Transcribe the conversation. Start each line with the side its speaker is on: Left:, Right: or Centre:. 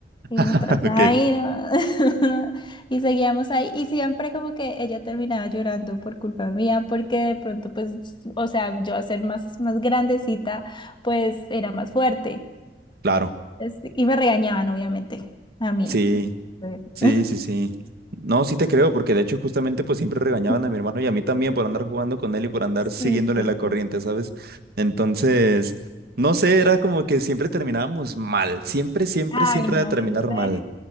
Left: Y nos
Right: <laughs>
Left: trataba
Right: ok.
Left: ahí, ¿no? <laughs> Y seguíamos ahí. Y siempre como que ella terminaba llorando por culpa mía, porque de pronto, pues, o sea, yo a ser más, más grandecita, pues era más fuerte.
Right: Claro,
Left: Es- Y me regañaban, obviamente, a mí.
Right: sí,
Left: Sí,
Right: sí, sí, sí. No, sí te creo, porque de hecho justamente pues siempre regañaban
Left: <laughs>
Right: a mi hermano y a mí también por andar jugando con él y por andar siguiéndole
Left: sí,
Right: la corriente,
Left: sí.
Right: ¿sabes? Entonces, no sé,
Left: sí.
Right: era como que siempre terminábamos mal, siempre, siempre,
Left: Ay,
Right: siempre
Left: no,
Right: de terminar
Left: ¿en serio?
Right: mal.